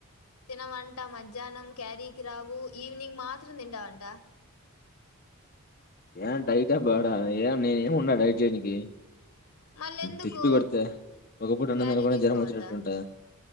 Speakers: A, on the left; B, on the left.
A: తినమంటే మధ్యాహ్నం క్యారీ కి రావు ఈవినింగ్ మాత్ర మాత్ర నింటావంట <unintelligible>
B: ఏం డైట పాడా ఏం నేనేమి ఉన్నా డైట్ జేయనికి
A: మళ్ళ ఎందుకు
B: తిప్పి కొడితే ఒకప్పుడు <unintelligible> అన్న
A: క్యారీ
B: నిలకునే
A: తీసుకోవంట
B: జ్వరం వచ్చినట్టుంటే